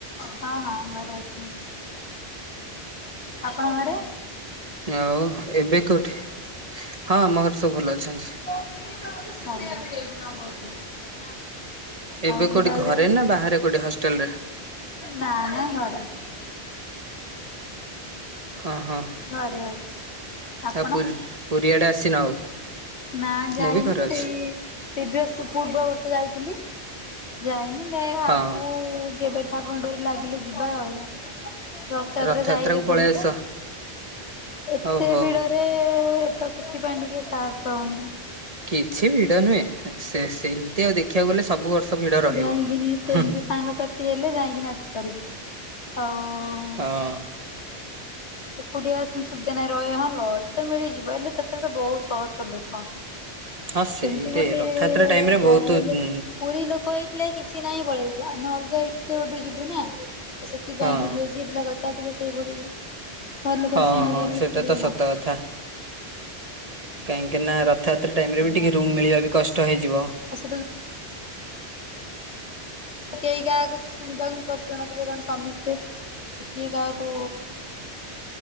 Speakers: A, on the left (about 85°); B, on the right (about 35°).
A: ହଁ ହଁ ଘରେ ଅଛି ଆପଣ ଘରେ?
B: ଆଉ ଏବେ କୋଉଠି ହଁ ଆମ ଘରେ ସବୁ ଭଲ ଅଛନ୍ତି।
A: <inaudible> ଆଉ
B: ଏବେ
A: ବୁଲାବୁଲି
B: କୋଉଠି ଘରେ ନା ବାହାରେ କୋଉଠି ହଷ୍ଟେଲ ରେ।
A: ନାମ ଘରେ।
B: ଓହୋ
A: ଘରେ ଅଛି।
B: ଆଉ ପୁରୀ ପୁରୀ ଆଡେ ଆସିନ ଆଉ?
A: ନା ଯାଇନି
B: ମୁଁ ବି ଘରେ ଅଛି।
A: ସେଇ ପ୍ରିଭିୟସ ପୂର୍ବ ବର୍ଷ ଯାଇଥିଲି ଯାଇନି ମେ
B: ହଁ
A: ଆଗକୁ କେବେ ଠାକୁର ଙ୍କ ଡୋରି ଲାଗିଲେ ଯିବା ଆଉ ରଥଯାତ୍ରା
B: ରଥଯାତ୍ରାକୁ
A: ଯାଇହେବନି
B: ପଳେଇ ଆସ।
A: ତ। ଏତେ
B: ଓହୋ
A: ଭିଡରେ ତ ସେଥିପାଇଁ ଟିକେ ସାହସ ପାଉନି।
B: କିଛି ଭିଡ ନୁହେଁ ସେ ସେମତି ଆଉ ଦେଖିବାକୁ ଗଲେ ସବୁ ବର୍ଷ ଭିଡ ରହିବ।
A: ଯାଇକିନି ସେମିତି
B: ହୁଁ
A: ସାଙ୍ଗସାଥି ହେଲେ ଯାଇକିନି ଆସିପାରିବୁ ଆଉ
B: ହଁ।
A: ଏକୁଟିଆ <unintelligible> ସୁବିଧା ନାହିଁ ରହିବ ହଁ ଲଜ ତ ମିଳିଯିବ ହେଲେ ସେତେ ଏତ ତ ବହୁତ ସହସ ଲୋକ।
B: ହଁ ସେଇଟି
A: ସେମିତି ଗୋଟେ <unintelligible>
B: ରଥଯାତ୍ରା ଟାଇମରେ ବହୁତ
A: ହେଲେ
B: ଉଁ,
A: ପୁରୀ ଲୋକ ଏଇ ହେଲେ କିଛି ନାହିଁ ପଳେଇବୁ ଆମେ ଅଲଗା ଏତେ ବାଟ ଯିବୁ ନା ତ ସେଥିପାଇଁ
B: ହଁ
A: ଟିକେ କିଏ ଝିଅ ପିଲା କଥା ଟିକେ ସେଇଭଳି। ଘର ଲୋକ
B: ହଁ
A: ସେ ଇଏ
B: ହଁ
A: କରିବେ
B: ସେଇଟା
A: ଛାଡିବେ
B: ତ ସତ
A: ହଁ
B: କଥା। କାହିଁକି ନା ରଥଯାତ୍ରା ଟାଇମ ରେ
A: ଆଜ୍ଞା।
B: ବି ଟିକେ ରୁମ ମିଳିବା ବି କଷ୍ଟ ହେଇଯିବ।
A: <unintelligible> କେହି କାହା କଥା ଶୁଣିବାକୁ ପ୍ରସ୍ତୁତ ନଥିବେ କାରଣ ସମିସ୍ତେ କିଏ କାହାକୁ